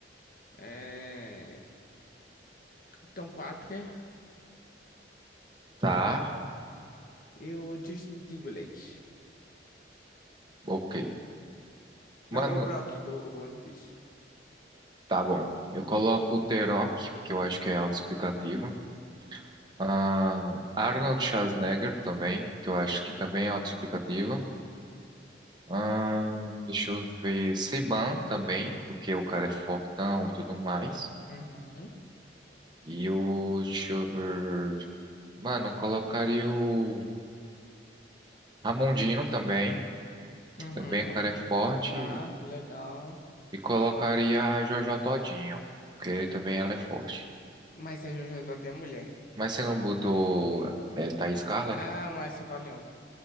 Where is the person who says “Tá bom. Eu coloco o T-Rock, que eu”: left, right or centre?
Right